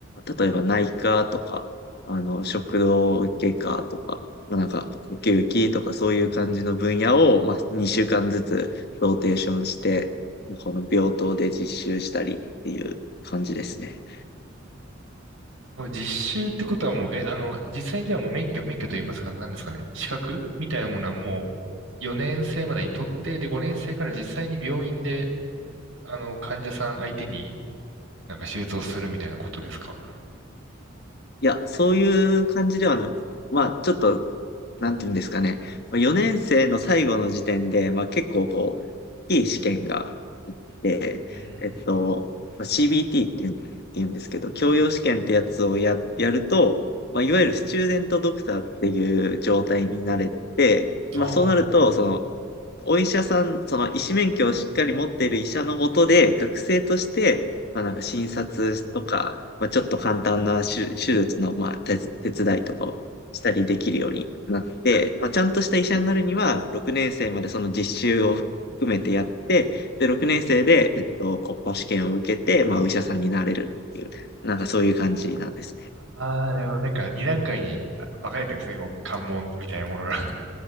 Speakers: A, on the left; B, on the right.
A: 例えば内科とか、あの、食道外科とか、まあなんか、呼吸器とかそういう感じの分野を、まあ、2週間ずつローテーションして、この病棟で実習したりっていう感じですね。
B: これ実習ってことはもう、え、あの、実際にじゃあもう免許、免許と言いますか、何ですかね、資格みたいなものはもう4年生までに取って、で、5年生から実際に病院で、あの、患者さん相手になんか手術をするみたいなことですか
A: いや、そういう感じではなく、まあ、ちょっと、なんていうんですかね。4年生の最後の時点で、まあ結構こう、いい試験がでえっと、
B: うーん。
A: まあ、CBT っていう言うんですけど、教養試験ってやつをや、やると、まあ、いわゆるスチューデントドクターっていう状態になれて、まあ、
B: あ
A: そうなると、その、お医者さん、その医師免許をしっかり持っている医者のもとで、学生として、まあなんか診察とか、まあちょっと簡単な手、手術の、まあ手つ、手伝いとかをしたりできるようになって、まあちゃんとした医者になるには、6年生までその実習を含めてやって、で、6年生で、えっと、国家試験を受けて、まあお医者さんになれるっていう、なんかそういう感じなんですね。
B: あ。ああ、でもなんか2段階にあ分かれてるんですね、こう、関門みたいなものが。<laughs>